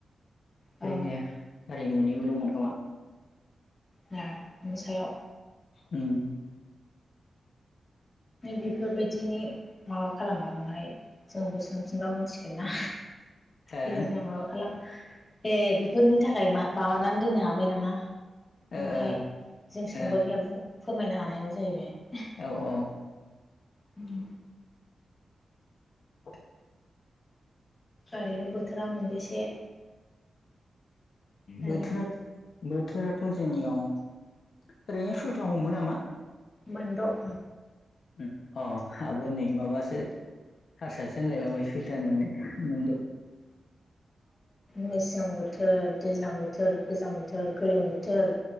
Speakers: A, on the left; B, on the left.
A: औ
B: बैनिया हारि मुनिबो दंमोन खोमा?
A: ना बिनि सायाव
B: उम
A: बेफोरबायदिनि माबा खालामाहाय जोंबो सोंफिनबा मोनथिगोन ना?
B: हो
A: बिलेखा माबा खालाम ए बेफोरनि थाखाय मा माबानानै दोननो हाबाय नामा?
B: ओ
A: माहाय
B: ओ
A: जों
B: ओ
A: सोंबा बेहा फोरमायनो हानायानो जाहैबाय।
B: औ औ
A: उम
B: औ
A: ओरैनो बोथोरा मोनबेसे आरो
B: बोथोराथ' बोथोराथ' जोंनियाव ओरैनो सयथा हमो नामा?
A: मोनद'
B: उम अ आहाबो नै माबासो हारसासो होनलायलांबाय सयथा होननानै मोनद।
A: मेसें बोथोर दैज्लां बोथोर गोजां बोथोर गोलोम बोथोर